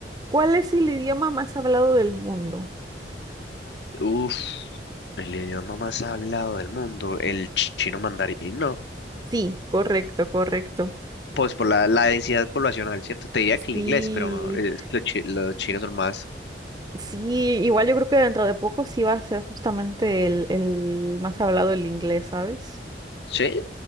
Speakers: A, on the right; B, on the left.
A: ¿Cuál es el idioma más hablado del mundo?
B: Uf, el idioma más hablado del mundo, el ch- chino mandarín, no.
A: Sí. Correcto, correcto.
B: Pues por la, la densidad poblacional, ¿cierto? Te diría que
A: Sí,
B: el inglés, pero no, es que los, chi- los chinos son más...
A: sí, igual yo creo que dentro de poco sí va a ser justamente el, el más hablado el inglés, ¿sabes?
B: Sí,